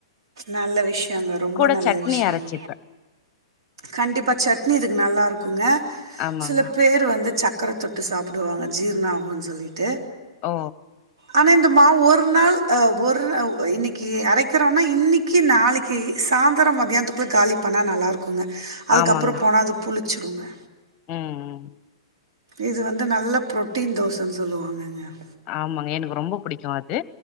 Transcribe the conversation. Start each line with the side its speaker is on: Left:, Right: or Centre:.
Right: நல்ல விஷயங்க ரொம்ப
Left: கூட
Right: நல்ல
Left: சட்னி
Right: விஷயங்க
Left: அரச்சிப்ப
Right: கண்டிப்பா சட்னி இதுக்கு நல்லா ருக்குங்க
Left: ஆமாங்க
Right: சில பேர் வந்து சக்கரை தொட்டு சாப்பிடுவாங்க ஜீர்ணமாகும் சொல்லிட்டு
Left: ஓ
Right: ஆனால் இந்த மாவு ஒரு நாள் ஒரு நா இன்னைக்கி அரைக்கிறோன்னா இன்னைக்கி நாளைக்கு சாந்திரம் மதியானத்துக்குள்ள காலி பண்ணா நல்லாருக்கும் குங்க அதுக்கப்புறம்
Left: ஆமாங்க
Right: போனா அது புளிச் வச்சுடுவோங்க
Left: ம் ம்
Right: இது வந்து நல்ல பு்ரோட்டீன் தோச சொல்லுவாங்கங்க <unintelligible>
Left: ஆமாங்க எனக்கு ரொம்ப புடிக்கு அது